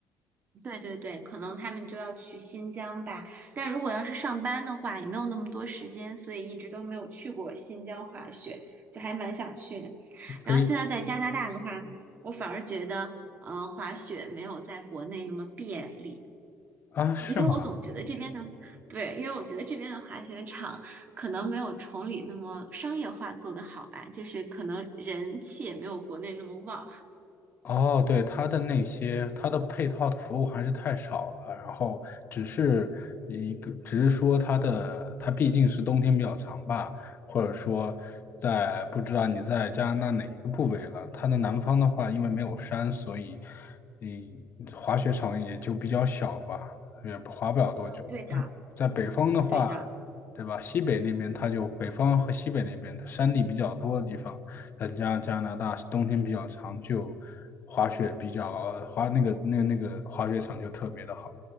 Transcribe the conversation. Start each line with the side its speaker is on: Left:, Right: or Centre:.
Right: 对对对，可能他们就要去新疆吧。但如果要是上班的话，也没有那么多时间，所以一直都没有去过新疆滑雪，就还蛮想去的。
Left: 可以
Right: 然后现在在加拿大的话，我反而觉得，呃，滑雪没有在国内那么便利，
Left: 啊，是吗？
Right: 因为我总觉得这边的，对，因为我觉得这边的滑雪场可能没有崇礼那么商业化做得好吧，就是可能人气也没有国内那么旺。
Left: 哦，对，它的那些它的配套的服务还是太少了，然后只是一个，只是说它的它毕竟是冬天比较长吧，或者说在不知道你在加拿大哪一个部位了，它的南方的话，因为没有山，所以嗯，滑雪场也就比较小吧，也滑不了多久。
Right: 嗯，对的，
Left: 在北方的话，
Right: 对的。
Left: 对吧？西北那边它就北方和西北那边，它山地比较多的地方，再加加拿大冬天比较长，就滑雪比较呃滑那个那个那个滑雪场就特别的好。